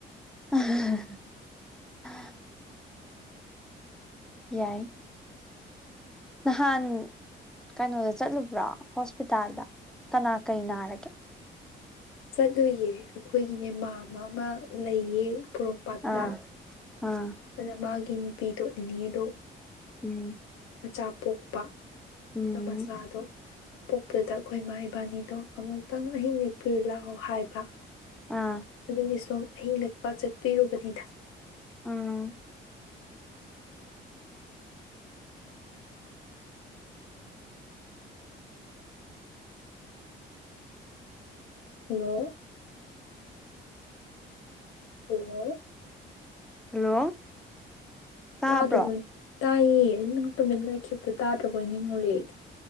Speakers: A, in the centre; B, on the left.
A: ꯎ ꯌꯥꯏ ꯅꯍꯥꯟ ꯀꯩꯅꯣꯗ ꯆꯠꯂꯨꯕ꯭ꯔꯣ ꯍꯣꯁꯄꯤꯇꯥꯜꯗ ꯀꯅꯥ ꯀꯩ ꯅꯥꯔꯒꯦ
B: ꯆꯠꯂꯨꯌꯦ ꯑꯩꯈꯣꯏꯒꯤꯅꯦ ꯃꯥ ꯑꯃ ꯑꯃ ꯂꯩꯌꯦ ꯄꯣꯔꯣꯝꯄꯥꯠꯇ
A: ꯑꯥ ꯑꯥ
B: ꯑꯗ ꯃꯥꯒꯤ ꯅꯨꯄꯤꯗꯣ ꯅꯦꯅꯦꯗꯣ
A: ꯎꯝ
B: ꯃꯆꯥ ꯄꯣꯛꯄ
A: ꯎꯝ
B: ꯑꯗꯣ ꯃꯆꯥꯗꯣ ꯄꯣꯛꯄꯗ ꯑꯩꯈꯣꯏ ꯏꯃꯥ ꯏꯕꯥꯅꯤꯗꯣ ꯑꯃꯨꯛꯇꯪ ꯑꯍꯤꯡ ꯂꯦꯛꯄꯤꯌꯨ ꯂꯥꯛꯑꯣ ꯍꯥꯏꯕ
A: ꯑꯥ
B: ꯑꯗꯨꯒꯤ ꯁꯣ ꯑꯍꯤꯡ ꯅꯛꯄ ꯆꯠꯄꯤꯔꯨꯕꯅꯤꯗ
A: ꯎꯝ
B: ꯍꯜꯂꯣ ꯍꯜꯂꯣ
A: ꯍꯜꯂꯣ ꯇꯥꯕ꯭ꯔꯣ
B: ꯇꯥꯗ꯭ꯔꯕꯣꯏꯅꯤ ꯇꯥꯏꯌꯦ ꯅꯪ ꯇꯨꯃꯤꯠ ꯂꯩꯈꯤꯕꯗ ꯇꯥꯗ꯭ꯔꯕꯣꯏ ꯅꯤꯡꯉꯨꯔꯦ ꯑꯩꯗꯤ